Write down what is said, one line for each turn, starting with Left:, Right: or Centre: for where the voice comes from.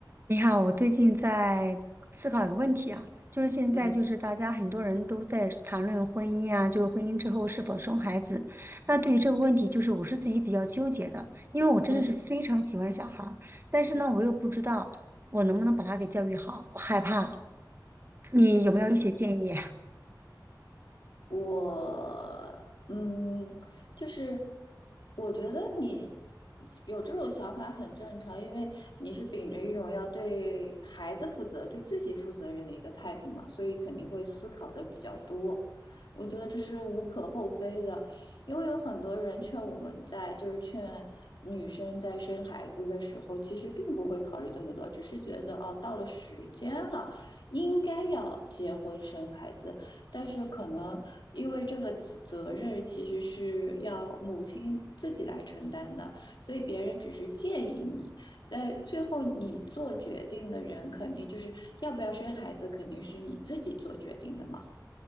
Right: 你好，我最近在思考一个问题啊，就是现在就是大家很多人都在谈论婚姻啊，
Left: 嗯
Right: 就是婚姻之后是否生孩子。那对于这个问题，就是我是自己比较纠结的，因为我真的是非常喜欢小孩儿，
Left: 嗯嗯。
Right: 但是呢，我又不知道我能不能把他给教育好，我害怕。你有没有一些建议？
Left: 我嗯，就是我觉得你有这种想法很正常，因为你是秉着一种要对孩子负责、对自己负责任的一个态度嘛，所以肯定会思考的比较多。我觉得这是无可厚非的，因为有很多人劝我们在，就是劝女生在生孩子的时候，其实并不会考虑这么多，只是觉得哦，到了时间了，应该要结婚生孩子。但是可能因为这个责责任其实是要母亲自己来承担的，所以别人只是建议你，但最后你做决定的人肯定就是要不要生孩子，肯定是你自己做决定的嘛。